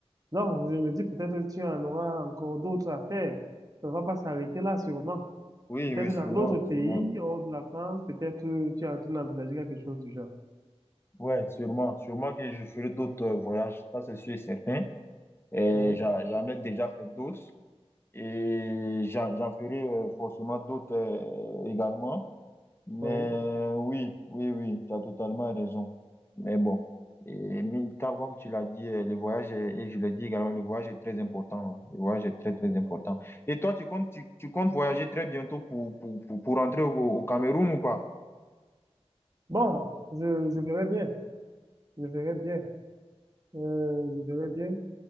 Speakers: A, on the right; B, on the left.
A: non je me dis, peut-être que tu en auras encore d'autres à faire. Ça ne va pas s'arrêter là, sûrement.
B: Oui,
A: Peut-être
B: oui, sûrement,
A: dans d'autres pays,
B: sûrement.
A: hors de la France, peut-être euh, tu es en train d'envisager quelque chose du genre.
B: Ouais, sûrement. Sûrement que je ferai d'autres euh, voyages, ça c'est sûr et certain. Et
A: Oui,
B: j'a- j'en ai déjà fait d'autres et j'en j'en ferai euh, forcément d'autres euh, également. Mais
A: oui.
B: oui, oui, oui, tu as totalement raison. Mais bon, et, mais quand- comme tu l'as dit, euh, le voyage, est- et je l'ai dit également, le voyage est très important. Le voyage est très, très important. Et toi, tu comptes, tu, tu comptes voyager très bientôt pour, pour, pour, pour rentrer au au Cameroun ou pas?
A: Bon, je, je verrai bien. Je verrai bien. Euh, je verrai bien.